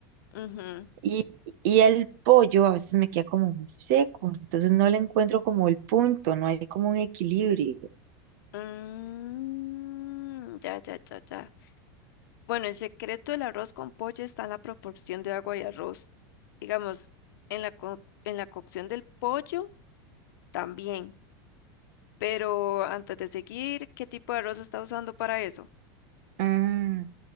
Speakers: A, on the left (about 70°); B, on the right (about 55°).
A: ujú.
B: Y, y el pollo a veces me queda como muy seco, entonces no le encuentro como el punto, no hay como un equilibrio.
A: Mm, ya, ya, ya, ya. Bueno, el secreto del arroz con pollo está en la proporción de agua y arroz. Digamos, en la, co- en la cocción del pollo también. Pero antes de seguir, ¿qué tipo de arroz está usando para eso?
B: Mm,